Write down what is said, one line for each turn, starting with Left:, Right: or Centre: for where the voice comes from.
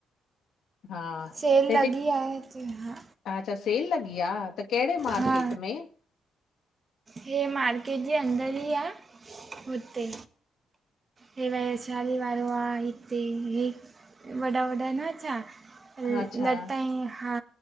Left: हा
Right: सेल
Left: त हिते
Right: लॻी आहे हिते हा
Left: अच्छा सेल लॻी आह। त कहिॾे मार्केट
Right: हा
Left: में?
Right: हे मार्केट जे अंदर ई आह, हुते। हे वैशाली वारो आह हिते, हे वॾा वॾा न छा। लतई
Left: अच्छा
Right: हा।